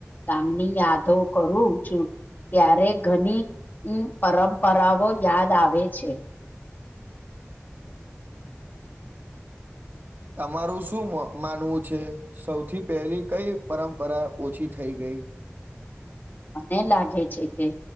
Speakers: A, on the left; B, on the right.
A: તમની યાદો કરું છું. ત્યારે ઘની અમ પરંપરાવો યાદ આવે છે.
B: તમારું સું મ માનવું છે? સૌથી પહેલી કઈ પરંપરા ઓછી થઈ ગઈ? <inaudible>
A: મને લાગે છે કે